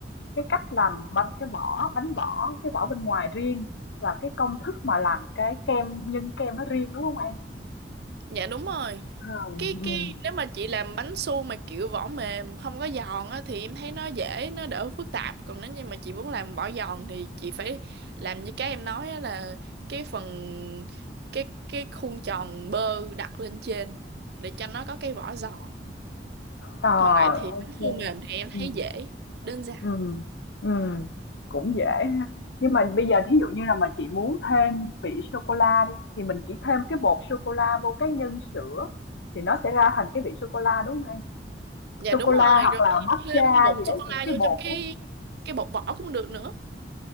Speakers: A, on the left; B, on the right.
A: cái cách làm bánh cái vỏ bánh vỏ cái vỏ bên ngoài riêng và cái công thức mà làm cái kem nhân kem nó riêng đúng không An?
B: Dạ đúng rồi.
A: ờ.
B: Cái
A: ừ
B: cái nếu mà chị làm bánh su mà kiểu vỏ mềm không có giòn á thì em thấy nó dễ, nó đỡ phức tạp. Còn nếu như mà chị muốn làm vỏ giòn thì chị phải làm như cái em nói á là cái phần cái cái khuôn tròn bơ đặt lên trên để cho nó có cái vỏ giòn.
A: Ờ,
B: Còn lại thì
A: ok.
B: bánh su mềm thì em thấy
A: ừ
B: dễ, đơn giản.
A: Ừm, ừm, cũng dễ ha. Nhưng mà bây giờ thí dụ như là mà chị muốn thêm vị sô cô la đi thì mình chỉ thêm cái bột sô cô la vô cái nhân sữa thì nó sẽ ra thành cái vị sô cô la đúng không em?
B: Dạ
A: Sô
B: đúng
A: cô la
B: rồi,
A: hoặc
B: rồi
A: là
B: chị
A: matcha
B: thêm bột
A: gì đấy,
B: sô cô
A: những
B: la
A: cái
B: vô
A: bột
B: trong cái
A: đó.
B: cái bột vỏ cũng được nữa.